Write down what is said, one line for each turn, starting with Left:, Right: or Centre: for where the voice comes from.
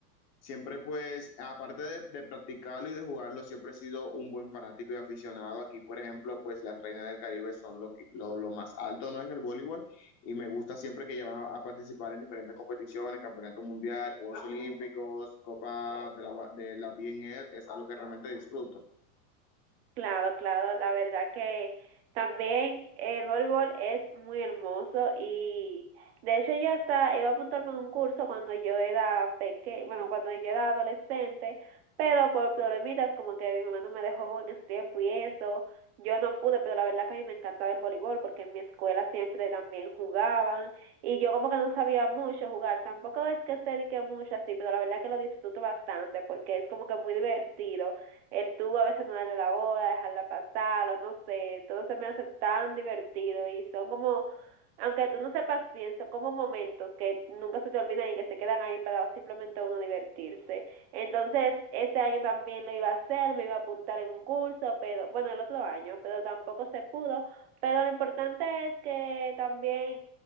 Left: Siempre pues, aparte de, de practicarlo y de jugarlo, siempre he sido un buen fanático y aficionado. Aquí, por ejemplo, pues las Reinas del Caribe son lo, que- lo, lo más alto, ¿no? En el voleibol y me gusta siempre que llevan a, a participar en diferentes competiciones, campeonato mundial, Juegos Olímpicos, Copa de la, de la BNL, es algo que realmente disfruto.
Right: Claro, claro, la verdad que también el voleibol es muy hermoso y de hecho ya hasta iba a apuntarme en un curso cuando yo era pequeña, bueno, cuando yo era adolescente, pero por problemitas como que mi mamá no me dejó en ese tiempo y eso, yo no pude, pero la verdad que a mí me encantaba el voleibol porque en mi escuela siempre también jugaban y yo como que no sabía mucho jugar, tampoco es que sé de que mucho así, pero la verdad que lo disfruto bastante porque es como que muy divertido el tú a veces no darle la boda, dejarla pasar, o no sé, todo se me hace tan divertido y son como, aunque tú no sepas bien, son como momentos que nunca se te olvidan y que se quedan ahí para simplemente uno divertirse. Entonces, este año también lo iba a hacer, me iba a apuntar en un curso, pero bueno, el otro año, pero tampoco se pudo. Pero lo importante es que también